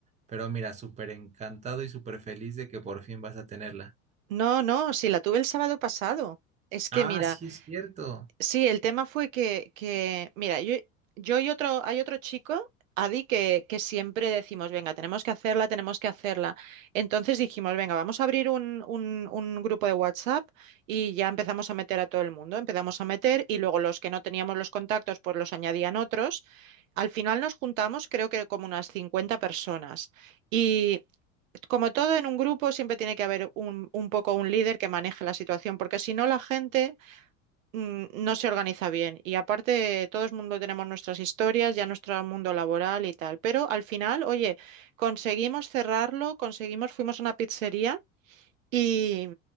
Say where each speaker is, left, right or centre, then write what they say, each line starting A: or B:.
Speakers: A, on the right; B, on the right.
A: Pero mira, súper encantado y súper feliz de que por fin vas a tenerla.
B: No, no, sí, la tuve el sábado pasado. Es que
A: Ah,
B: mira,
A: sí, es cierto.
B: Sí, el tema fue que, que mira, yo, yo y otro, hay otro chico, Adi, que, que siempre decimos, venga, tenemos que hacerla, tenemos que hacerla. Entonces dijimos, venga, vamos a abrir un, un, un grupo de WhatsApp y ya empezamos a meter a todo el mundo, empezamos a meter y luego los que no teníamos los contactos, pues los añadían otros. Al final nos juntamos, creo que como unas 50 personas. Y como todo en un grupo, siempre tiene que haber un, un poco un líder que maneje la situación, porque si no la gente mm, no se organiza bien. Y aparte, todo el mundo tenemos nuestras historias, ya nuestro mundo laboral y tal. Pero al final, oye, conseguimos cerrarlo, conseguimos, fuimos a una pizzería y,